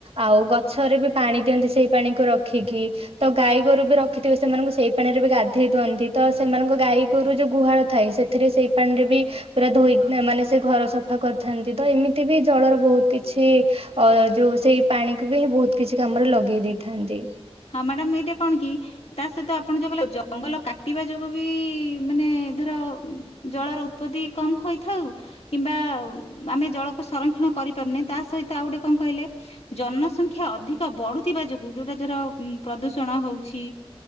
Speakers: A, on the right (about 70°); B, on the left (about 80°).
A: ଆଉ ଗଛରେ ବି ପାଣି ଦିଅନ୍ତି। ସେଇ ପାଣିକୁ ରଖିକି। ତ ଗାଈ ଗୋରୁ ବି ରଖିଥିବେ ସେମାନୁଙ୍କୁ ସେଇ ପାଣିରେ ବି ଗାଧେଇ ଦୁଅନ୍ତି। ତ ସେମାନୁଙ୍କୁ ଗାଈ ଗୋରୁ ଯୋଉ ଗୁହାଳ ଥାଏ ସେ ଥିରେ ସେଇ ପାଣିରେ ବି ପୁରା ଧୋଇଗ୍ନା ମାନେ ସେ ଘର ସଫା କରିଥାନ୍ତି ତ ଏମିତି ବି ଜଳର ବୋହୁତ କିଛି ଅ ଯୋଉ ସେଇ ପାଣିକୁ ବି ବୋହୁତ କିଛି କାମରେ ଲଗେଇ ଦେଇଥାନ୍ତି।
B: ହଁ ମାଡ଼ାମ ଏଇଟା କଣ କି ତା ସହିତ ଆପଣ ଯୋଉ କହିଲେ ଜଙ୍ଗଲ କାଟିବା ଯୋଗୁଁ ବି ମାନେ ଧର ଜଳର ଉତ୍ପତ୍ତି କମ ହୋଇଥାଉ କିମ୍ବା ଆମେ ଜଳକୁ ସଂରକ୍ଷଣ କରିପାରୁନେ ତା ସହିତ ଆଉ ଗୋଟେ କଁ କହିଲେ ଜନସଂଖ୍ୟା ଅଧିକ ବଢ଼ୁଥିବା ଯୋଗୁଁ ଯୋଉଟା ଯର ଉଁ ପ୍ରଦୂଷଣ ଉଁ ହଉଛି